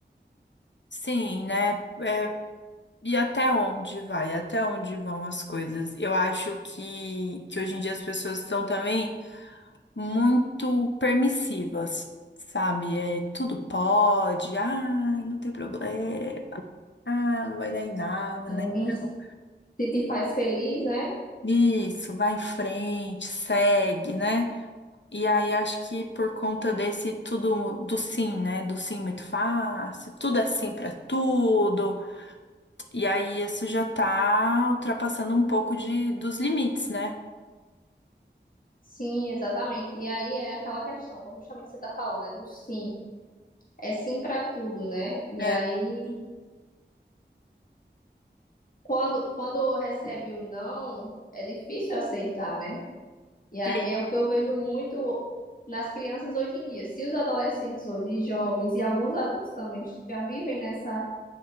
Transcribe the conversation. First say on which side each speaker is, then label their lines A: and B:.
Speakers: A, on the left (about 75°); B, on the left (about 50°).
A: Sim, né? É, e até onde vai? Até onde vão as coisas? Eu acho que, que hoje em dia as pessoas estão também muito permissivas, sabe? É, tudo pode, ai, não tem problema, ah, não vai dar em nada,
B: Hum.
A: né? Então,
B: Se te faz feliz, né?
A: Isso, vai em frente, segue, né? E aí acho que por conta desse tudo do sim, né? Do sim muito fácil, tudo é sim pra tudo. E aí isso já tá ultrapassando um pouco de dos limites, né?
B: Sim, exatamente. E aí é aquela questão, justamente você tá falando, né, do sim. É sim para tudo, né? E
A: É,
B: aí, quando, quando recebe o não, é difícil aceitar, né? E aí
A: sim.
B: é o que eu vejo muito nas crianças hoje em dia. Se os adolescentes hoje, e jovens e alguns adultos também já vivem nessa